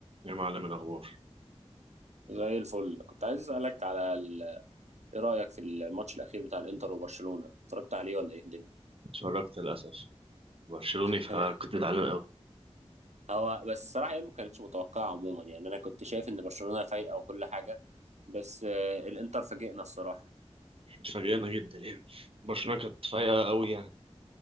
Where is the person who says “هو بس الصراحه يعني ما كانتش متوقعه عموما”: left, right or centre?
Right